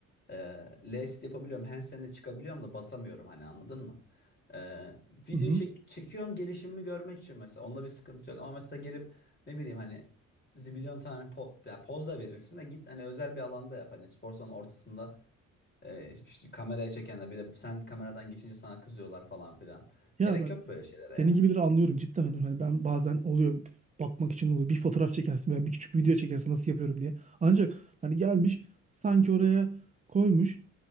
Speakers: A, on the left; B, on the right.
A: Ee, last yapabiliyorum. Handstand'e çıkabiliyorum da basamıyorum hani anladın mı? Ee, videoyu
B: hı hı.
A: çek çekiyorum gelişimimi görmek için mesela. Onda bir sıkıntı yok ama mesela gelip ne bileyim hani zibilyon tane po ya poz da verirsin de git hani özel bir alanda yap. Hani spor salonun ortasında e, işte kameraya çekenler bir de sen kameradan geçince sana kızıyorlar falan filan.
B: Ya
A: Gerek
B: bak
A: yok böyle şeylere
B: Senin
A: ya.
B: gibileri anlıyorum cidden. anlıyorum. Hani ben bazen oluyor bakmak için oluyor. Bir fotoğraf çekersin veya bir küçük bir video çekersin nasıl yapıyorum diye. Ancak hani gelmiş sanki oraya koymuş